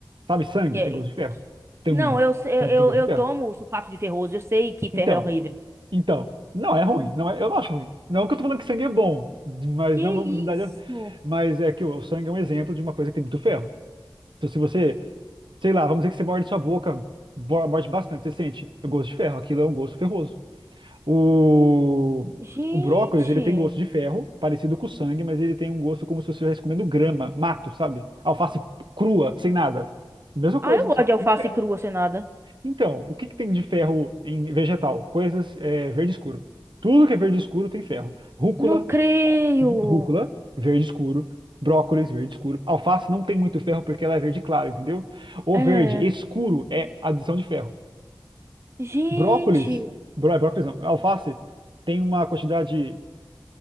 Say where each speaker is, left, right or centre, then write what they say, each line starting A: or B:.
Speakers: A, on the right; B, on the right.
A: Sabe sangue
B: É,
A: tem gosto de ferro? Tem
B: Não,
A: um...
B: eu, eu,
A: Sangue
B: eu
A: tem gosto
B: eu
A: de ferro.
B: tomo sulfato de ferroso, eu sei que ferro
A: Então,
B: é horrível.
A: então. Não, é ruim. Não é... Eu não acho ruim. Não que eu tô falando que sangue é bom, mas
B: Que
A: não vamos
B: isso?
A: mudar de... Mas é que o o sangue é um exemplo de uma coisa que tem muito ferro. Então, se você Sei lá, vamos dizer que você morde sua boca, bo- morde bastante, você sente o gosto de ferro, aquilo é um gosto ferroso. O,
B: Gente.
A: o brócolis, ele tem gosto de ferro, parecido com o sangue, mas ele tem um gosto como se você estivesse comendo grama, mato, sabe? Alface crua, sem nada. Mesma coisa,
B: Ah, eu gosto
A: só que
B: de alface
A: com ferro.
B: crua sem nada.
A: Então, o que que tem de ferro em vegetal? Coisas é, verde escuro. Tudo que é verde escuro tem ferro. Rúcula,
B: Não creio.
A: Rúcula, verde escuro. Brócolis, verde escuro. Alface não tem muito ferro porque ela é verde claro, entendeu? O
B: É.
A: verde escuro é adição de ferro.
B: Gente.
A: Brócolis, bró, brócolis não, alface tem uma quantidade